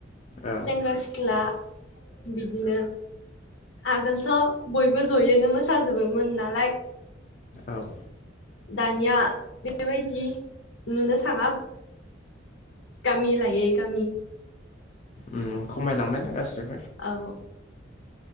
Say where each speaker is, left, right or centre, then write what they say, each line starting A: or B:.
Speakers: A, on the left; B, on the left.
A: औ
B: सेंग्रा सि <unintelligible> बिदिनो आगोलथ' बयबो ज'योनो मोसाजोबोमोन नालाय
A: औ।
B: दानिया बेबायदि नुनो थाङा गामि लायै गामि
A: उम खमायलांबायना गासिबो
B: औ।